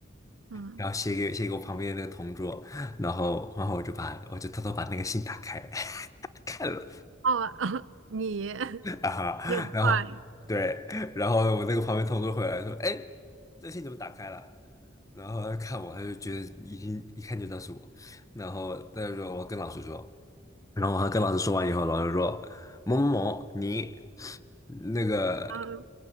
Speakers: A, on the right; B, on the left.
A: 嗯，
B: 然后写给写给我旁边的那个同桌，然后然后我就把我就偷偷把那个信打开 <laughs> 看了
A: 哦，<laughs> 你 <laughs>
B: 啊哈，
A: 你很坏，
B: 然后对，然后我那个旁边同桌回来说，哎，这信怎么打开了？然后他看我，他就觉得已经一看就知道是我，然后他就说我跟老师说，然后我还跟老师说完以后，老师说某某某你那个
A: 嗯，